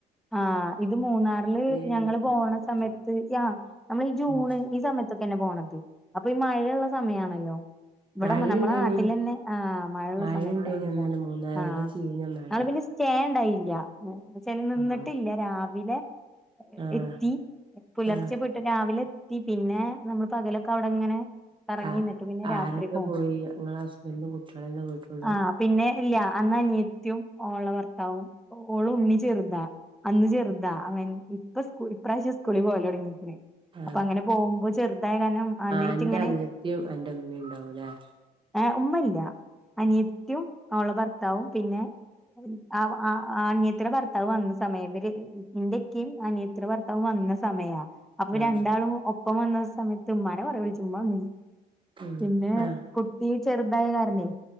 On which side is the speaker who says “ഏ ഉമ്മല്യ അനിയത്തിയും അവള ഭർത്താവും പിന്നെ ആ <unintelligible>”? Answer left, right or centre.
Centre